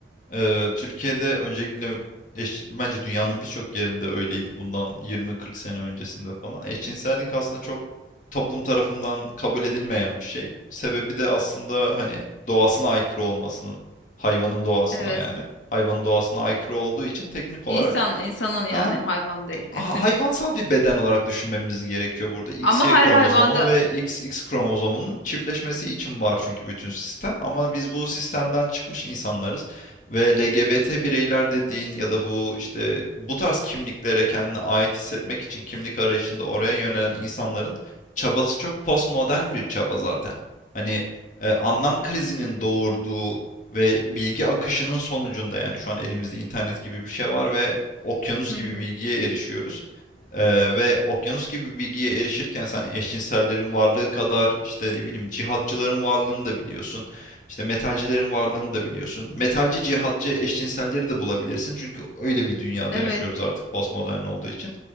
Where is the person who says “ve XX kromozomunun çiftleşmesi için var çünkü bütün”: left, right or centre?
Left